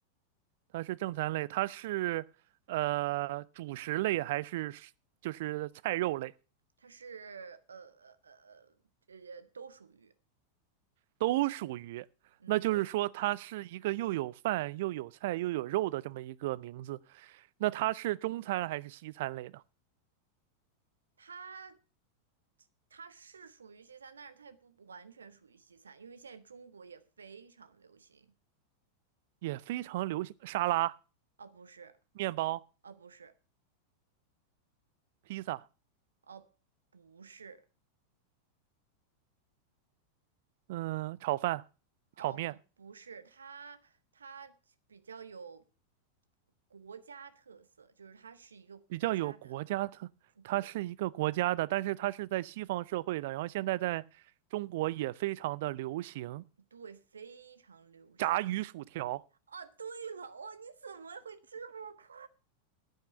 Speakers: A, on the right; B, on the right.
A: 它是正餐类，它是呃主食类还是就是菜肉类？
B: 它是呃呃呃呃呃都属于，
A: 都属于，
B: 嗯，
A: 那就是说它是一个又有饭又有菜又有肉的这么一个名字。
B: 对。
A: 那它是中餐还是西餐类的？
B: 它它是属于西餐，但是它也不完全属于西餐，因为现在中国也非常流行。
A: 也非常流行沙拉、
B: 哦，不是，
A: 面包、
B: 哦，不是，
A: 披萨，
B: 哦，不是，
A: 嗯，炒饭、
B: 哦，
A: 炒面，
B: 不，不是，它它比较有国家特色，就是它是一个国家的，
A: 比较有国家特，它是一个国家的，
B: 对
A: 但是它是在西方社会的，然后现在在中国也非常的流行
B: 对，非常流行。
A: 炸鱼薯条。
B: 哦，对了，哇，你怎么会这么快？